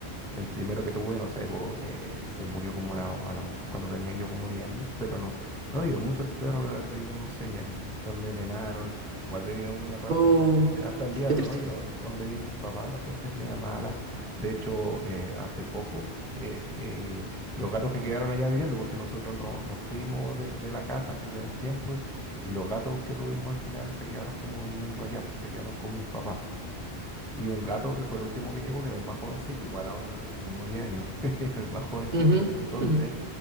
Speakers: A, in the centre; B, on the right.
A: el primero que tuve, no sé, po, eh, se murió como la- a lo- cuando tenía yo como 10 años, pero no, no vivió mucho el perro de haber vivido unos 6 años. Lo envenenaron, igual vivió en una parte
B: Oh,
A: que la gente, hasta el día
B: qué
A: de
B: triste.
A: hoy, o- donde viven mis papás, la gente es media mala. De hecho, eh, hace poco, eh, eh, los gatos que quedaron allá viviendo, porque nosotros no, nos fuimos de, de la casa hace ya un tiempo, y, y los gatos que tuvimos al final se quedaron como viviendo allá, pues, se quedaron con mis papás. Y un gato que fue el último que llegó, que era el más jovencito, igual ahora ya tiene como 10 años, <laughs> era el más jovencito
B: Ujú,
A: en ese entonces,
B: ujú.